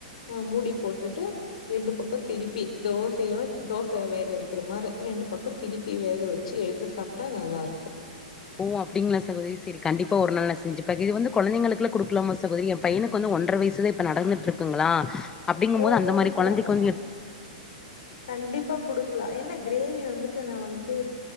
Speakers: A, on the left; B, on the left.
A: அ மூடி போட்டுட்டு ரெண்டு பக்கொ திருப்பி தோசையோ தோச வேக வெக்கிற மார ரெண்டு பக்கோ திருப்பி வேக வெச்சி எடுத்து சாப்ட்டா நல்லா இருக்கு
B: ஓ அப்டிங்ளா சகோதரி சேரி கண்டிப்பா ஒரு நாள் நா செஞ்சிப் பாக்க இது வந்து கொழந்தைங்களுக்குலா குடுக்லாமா சகோதரி ஏம் பையனுக்கு வந்து ஒன்ற வைசுதா இப்ப நடந்துட்ருக்குங்களா அப்டிங்கம்
A: ஓ
B: போது அந்த
A: குடுக்கலா
B: மாரி கொழந்தைக்கு வந்து எ
A: கண்டிப்பா குடுக்லா என்ன க்ரேவி வந்துட்டு நா வந்ட்டு